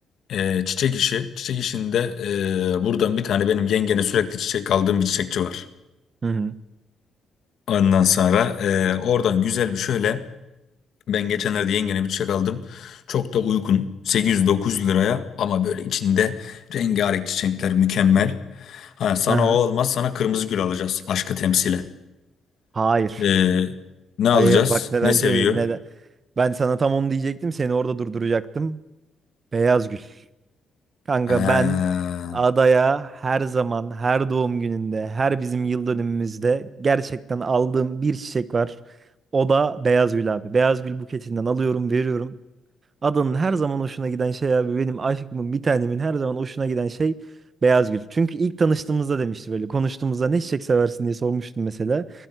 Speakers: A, on the left; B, on the right.
A: E, çiçek işi. Çiçek işinde e, buradan bir tane benim yengene sürekli çiçek aldığım bir çiçekçi var.
B: Hı hı.
A: Ondan sonra e, oradan güzel bir şöyle. Ben geçenlerde yengene bir çiçek aldım. Çok da uygun. 800-900 liraya ama böyle içinde rengarenk çiçekler mükemmel. Ha, sana
B: Hı hı.
A: o olmaz sana kırmızı gül alacağız aşkı temsilen.
B: Hayır.
A: Ee, ne alacağız?
B: Hayır. Bak nedense
A: Ne seviyor?
B: neden. Ben sana tam onu diyecektim. Seni orada durduracaktım. Beyaz gül. Kanka
A: Ha,
B: ben adaya her zaman, her doğum gününde, her bizim yıl dönümümüzde gerçekten aldığım bir çiçek var. O da beyaz gül abi. Beyaz gül buketinden alıyorum, veriyorum. Adanın her zaman hoşuna giden şey abi benim aşkımın bir tanemin her zaman hoşuna giden şey beyaz gül. Çünkü ilk tanıştığımızda demişti böyle konuştuğumuzda ne çiçek seversin diye sormuştum mesela.